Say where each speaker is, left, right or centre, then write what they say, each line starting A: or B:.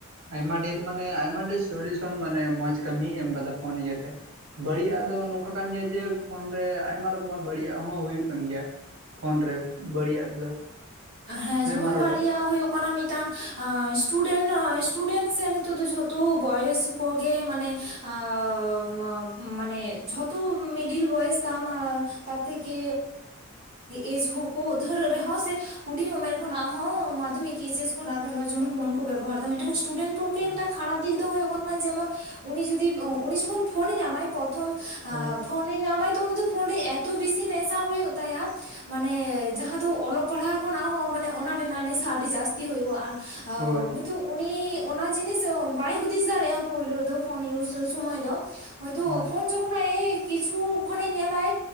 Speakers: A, on the right (about 65°); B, on the right (about 50°).
A: ᱟᱭᱢᱟ ᱰᱷᱮᱨ ᱢᱟᱱᱮ ᱟᱭᱢᱟ ᱰᱷᱮᱨ ᱥᱚᱞᱤᱭᱩᱥᱚᱱ ᱢᱟᱱᱮ ᱢᱚᱸᱡᱽ ᱠᱟᱹᱢᱤ ᱮᱢ ᱠᱟᱫᱟ ᱯᱷᱳᱱ ᱤᱭᱟᱹᱛᱮ᱾ ᱵᱟᱹᱲᱤᱡᱟᱜ ᱫᱚ ᱱᱚᱝᱠᱟ ᱠᱟᱱ ᱜᱮᱭᱟ ᱡᱮ ᱯᱷᱳᱱ ᱨᱮ ᱟᱭᱢᱟ ᱨᱚᱠᱚᱢᱟᱜ ᱵᱟᱹᱲᱤᱡᱟᱜ ᱦᱚᱸ ᱦᱩᱭᱩᱜ ᱠᱟᱱ ᱜᱮᱭᱟ᱾ ᱯᱷᱳᱱ ᱨᱮ ᱵᱟᱹᱲᱤᱡᱟᱜ ᱫᱚ
B: ᱦᱮᱸ ᱡᱮᱢᱚᱱ
A: ᱢᱟ ᱨᱚᱲ
B: ᱵᱟᱨᱭᱟ
A: ᱵᱮᱱ
B: ᱦᱩᱭᱩᱜ ᱠᱚᱱᱟ ᱢᱤᱫᱴᱟᱝ ᱟᱸ ᱥᱴᱩᱰᱮᱱ ᱥᱴᱩᱰᱮᱱ ᱥᱮ ᱱᱤᱛᱚᱜ ᱫᱚ ᱡᱷᱚᱛᱚ ᱵᱚᱭᱮᱥ ᱠᱚ ᱜᱮ ᱢᱟᱱᱮ ᱟᱳ ᱢᱟᱱᱮ ᱡᱷᱚᱛᱚ ᱢᱤᱰᱤᱞ ᱵᱚᱭᱮᱥ ᱛᱟᱢ ᱟ ᱛᱟᱛ ᱛᱷᱮᱠᱮ ᱮᱡ ᱦᱳᱠᱳᱜ ᱫᱷᱟᱹᱨᱟᱹ ᱨᱮᱦᱚᱸ ᱥᱮ ᱦᱩᱰᱤᱧ ᱩᱢᱮᱨ ᱠᱷᱚᱱᱟᱜ ᱦᱚᱸ ᱢᱟᱫᱽᱫᱷᱚᱢᱤᱠ ᱮᱭᱤᱪ ᱮᱥ ᱠᱷᱚᱱᱥᱜ ᱜᱮ ᱱᱚᱜ-ᱚᱭ ᱡᱮᱢᱚᱱ ᱯᱷᱳᱱ ᱠᱚ ᱵᱮᱵᱚᱦᱟᱨᱫᱟ᱾ ᱢᱤᱫᱴᱟᱝ ᱥᱴᱤᱪᱮᱱᱢ ᱯᱚᱠᱠᱷᱮ
A: ᱦᱳᱭ
B: ᱢᱤᱫᱴᱟᱝ ᱠᱷᱟᱨᱟᱯ ᱫᱤᱠ ᱫᱚ ᱦᱳᱭᱳᱜ ᱠᱟᱱᱟ ᱡᱮᱢᱚᱱ ᱩᱱᱤ ᱡᱩᱫᱤ ᱩᱱᱤ ᱡᱚᱠᱷᱚᱱ ᱯᱷᱳᱱᱮ ᱧᱟᱢᱟᱭ ᱟ ᱯᱚᱛᱷᱚᱢ
A: ᱦᱳᱭ
B: ᱯᱷᱳᱱ ᱧᱟᱢᱟᱭ ᱛᱚ ᱩᱱᱤ ᱫᱚ ᱯᱷᱳᱱ ᱨᱮ ᱮᱛᱚ ᱵᱤᱥᱤ ᱱᱮᱥᱟ ᱦᱳᱭᱳᱜ ᱛᱟᱭᱟ ᱢᱟᱱᱮ ᱡᱟᱦᱟᱸ ᱫᱚ ᱚᱞᱚᱜ ᱯᱟᱲᱦᱟᱣ ᱠᱷᱚᱱᱟᱜ ᱦᱚᱸ ᱢᱟᱱᱮ ᱚᱱᱟ ᱨᱮᱱᱟᱜ ᱱᱮᱥᱟ ᱟᱹᱰᱤ ᱡᱟᱹᱥᱛᱤ ᱦᱩᱭᱩᱜᱼᱟ ᱟᱨ ᱟᱣ
A: ᱦᱳᱭ
B: ᱛᱚ ᱩᱱᱤ ᱚᱱᱟ ᱡᱤᱱᱤᱥ ᱵᱟᱭ ᱦᱩᱫᱤᱥ ᱫᱟᱲᱮᱭᱟᱜᱼᱟ ᱯᱳᱭᱞᱳ ᱨᱮᱫᱚ ᱯᱷᱳᱱ ᱤᱭᱩᱥ ᱥᱚᱢᱚᱭ ᱫᱚ ᱦᱚᱭᱛᱳ
A: ᱦᱳᱭ
B: ᱯᱷᱳᱱ ᱡᱚᱠᱷᱚᱱ ᱟᱡ ᱮ ᱠᱤᱪᱷᱩ ᱠᱷᱚᱱᱮ ᱧᱮᱞᱟᱭ